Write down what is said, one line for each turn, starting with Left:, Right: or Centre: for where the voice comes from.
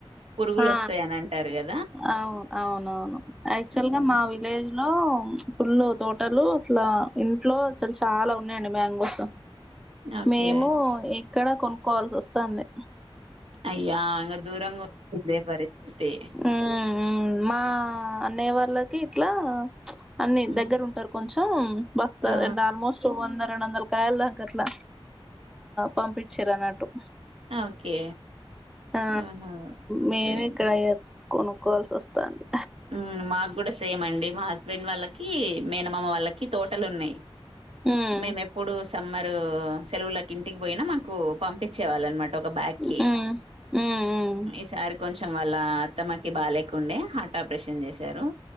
Right: పురుగులు
Centre: ఆ
Right: వస్తాయని అంటారు కద్
Centre: అవును అవునవును యాక్చువల్
Right: హ్మ్.
Centre: గా మా విలేజ్ లో పుల్ తోటలు అట్లా ఇంట్లో అసలు చాలా ఉన్నాయండి మ్యాంగోస్
Right: ఓకే
Centre: మేము ఇక్కడ కొనుక్కోవాల్సి వస్థంది
Right: అయ్యా ఇంగ దూరంగ ఇదే పరిస్తితి
Centre: ఉమ్, ఉమ్. మా అన్నయ్య వాళ్ళకి ఇట్లా అన్ని
Right: హ్మ్.
Centre: దగ్గర ఉంటారు కొంచెం బస్త
Right: ఆ
Centre: అండ్ ఆల్మోస్ట్ వంద రెండు వందల కాయల దన్క అట్ల పంపించిరన్నట్టు
Right: ఓకే
Centre: ఆ
Right: ఆహా
Centre: మేమి
Right: సేమ్
Centre: ఇక్కడ ఇగ కొనుక్కోవాల్సి వస్థంది
Right: మ్ మా కూడా సేమ్ అండి మా హస్బెండ్ వాళ్ళకి మేనమామ వాళ్ళకి తోటలున్నాయి
Centre: హ్మ్
Right: మేము ఎప్పుడు సమ్మర్ సెలవులకి ఇంటికి పోయినా మాకు పంపించే వాళ్ళన్నమ ట ఒక బ్యాగ్ కి
Centre: హ్మ్ హ్మ్ హ్మ్
Right: ఈ సారి కొంచెం వాళ్ళ అత్తమ్మకి బాలేకుండే హార్ట్ ఆపరేషన్ చేశారు